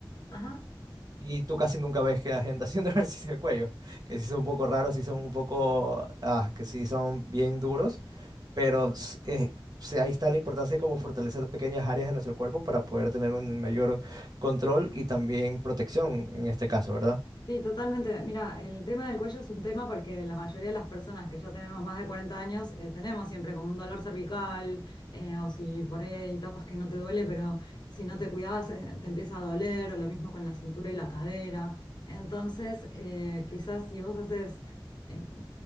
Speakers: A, on the left; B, on the right.
A: Ajá.
B: Y tú casi nunca ves que la gente haciendo <laughs> ejercicio de cuello, que sí son un poco raros, sí son un poco, ah, que sí son bien duros, pero s- eh, se- ahí está la importancia de cómo fortalecer pequeñas áreas de nuestro cuerpo para poder tener un mayor control y también protección en este caso, ¿verdad?
A: Sí, totalmente. Mira, el tema del cuello es un tema porque la mayoría de las personas que ya tenemos más de 40 años eh, tenemos siempre como un dolor cervical eh, o si por ahí hay etapas que no te duele, pero si no te cuidabas eh, te empieza a doler o lo mismo con la cintura y la cadera. Entonces, eh, quizás si vos haces eh,